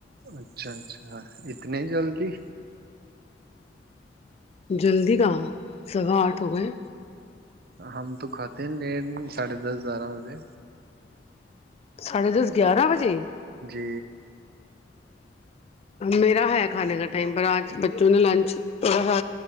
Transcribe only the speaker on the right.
اچھا اچھا اتنے جلدی
ہم تو کھاتے ہیں ن لیٹ ساڑھے دس بارہ بجے
جی